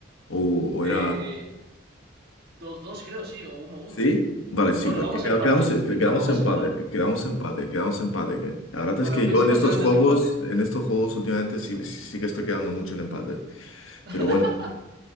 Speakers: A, on the left (about 85°); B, on the right (about 50°).
A: O, o
B: Eh,
A: era
B: dos 2 creo, sí, o uno uno
A: ¿Sí? Vale, sí,
B: Bueno,
A: pues,
B: vamos
A: que queda-
B: a empate,
A: quedamos,
B: resumiendo,
A: eh, que- quedamos
B: vamos
A: empate,
B: a empate.
A: eh, quedamos empate, quedamos empate. que- La verdad
B: Para
A: es que
B: la próxima
A: yo en estos
B: será el
A: juegos,
B: desempate.
A: en estos juegos últimamente sí, sí sí que estoy quedando mucho en empate.
B: <laughs>
A: Pero bueno,